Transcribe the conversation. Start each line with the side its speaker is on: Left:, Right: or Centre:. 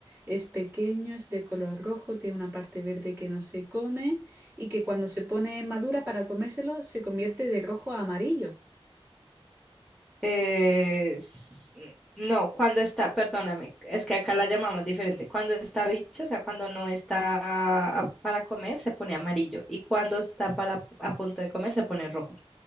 Right: Es pequeño, es de color rojo, tiene una parte verde que no se come y que cuando se pone madura para comérselo se convierte de rojo a amarillo.
Centre: Eh, s- no, cuando está, perdóname, es que acá la llamamos diferente. Cuando está bicho, o sea, cuando no está a- para comer, se pone amarillo. Y cuando está para a punto de comer, se pone rojo.